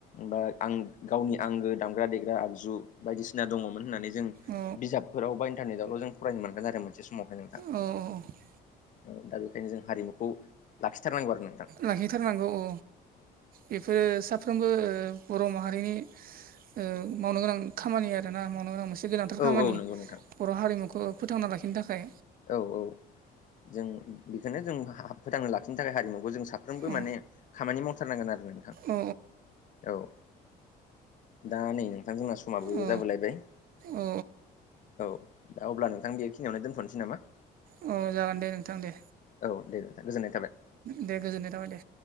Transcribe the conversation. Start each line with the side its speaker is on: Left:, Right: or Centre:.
Left: बा आं गावनि आंगो दामग्रा देग्रा आगजु बायदिसिना दंङमोन होननानै जों
Right: औ
Left: बिजाबफोराव बा इन्टारनेटआवल' जों फरायनो मोनग्रा जागोन आरो मोनसे समावहाय नोंथां।
Right: औ औ औ
Left: औ दा बेखायनो जों हारिमुखौ लाखिथारनांगौ आरो नों
Right: लाखिथारनांगौ औ बेफोरो साफ्रोमबो बर' माहारिनि ओ मावनो गोनां खामानि आरो ना मावनो गोनां मोनसे गोनांथार
Left: औ
Right: खामानि
Left: औ नंगौ नोंथां
Right: बर' हारिमुखौ फोथांना लाखिनो थाखाय
Left: औ औ जों बेखौनो जों फोथांनो लाखिनो थाखाय हारिमुखौ जों साफ्रोमबो
Right: औ
Left: माने खामानि मावथारनांगोन आरो नोंथां
Right: औ
Left: औ दा नै नोंथां जोंना समाबो
Right: औ
Left: जाबोलायबाय
Right: औ
Left: औ दा अब्ला नोंथां बेखिनियावनो दोनथ'नोसै नामा?
Right: अ जागोन दे नोंथां दे।
Left: औ दे नोंथां गोजोननाय थाबाय।
Right: दे गोजोननाय थाबाय दे